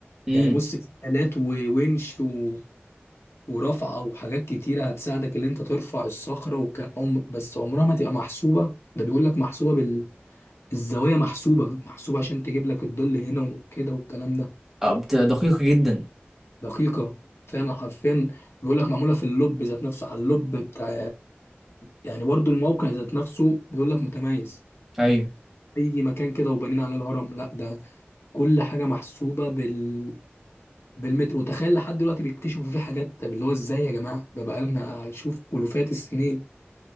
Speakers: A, in the centre; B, on the left.
A: امم
B: يعني بص في آلات وونش و... ورفعه وحاجات كتيره هتساعدك ان انت ترفع الصخره وك... عم- بس عمرها ما تبقى محسوبه ده بيقول لك محسوبه الزوايا محسوبة محسوبة عشان تجيب لك الظل هنا وكده والكلام ده
A: آه، بت- دقيق جدا
B: دقيقة فعلا حرفيا بيقول لك معمولة في اللب ذات نفسه على اللب بتاع يعني برضو الموقع ذات نفسه بيقول لك متميز
A: ايوه
B: أي مكان كده وبنين عليه الهرم لا ده كل حاجة محسوبة بال بالمتر وتخيل لحد دلوقتي بيكتشفوا فيه حاجات طب اللي هو ازاي يا جماعة ده بقالنا شوف ألوفات السنين